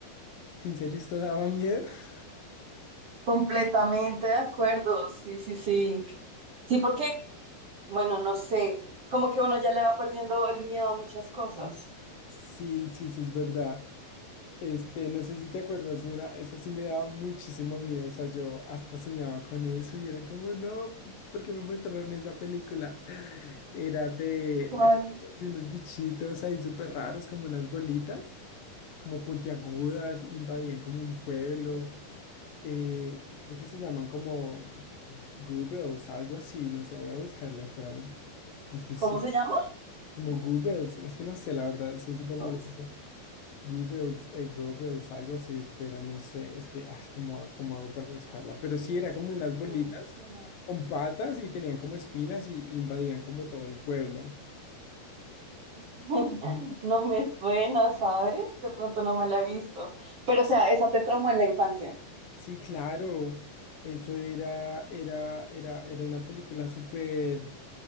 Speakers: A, on the left; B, on the right.
A: ¿En serio esto daba miedo? <laughs>
B: Completamente de acuerdo, sí, sí, sí. Sí, porque, bueno, no sé, como que uno ya le va perdiendo el miedo a muchas cosas.
A: Sí, sí, eso es verdad. Este, no sé si te acuerdas una, esa sí me daba muchísimo miedo, o sea, yo hasta soñaba con eso y era como, no, ¿por qué me mostraron esa película? <laughs> Era de,
B: ¿Cuál?
A: era de unos bichitos ahí súper raros, como unas bolitas, como puntiagudas, invadían como un pueblo, eh, creo que se llaman como Googles, algo así, no sé, voy a buscarla, espérame. Es que es
B: ¿Cómo se llama?
A: Como Goebbels, es que no sé, la verdad, soy súper malo,
B: Us?
A: pero Goebbels, eh, Goebbels, algo así, espera, no sé, es que, ay, ¿cómo, ha- cómo hago para buscarla? Pero sí, era como unas bolitas
B: No me suena.
A: con patas y tenían como espinas y invadían como todo el pueblo.
B: <laughs> No me suena, ¿sabes? De pronto no me la he visto. Pero, o sea, esa te traumó en la infancia.
A: Sí, claro, eso era, era, era, era una película súper,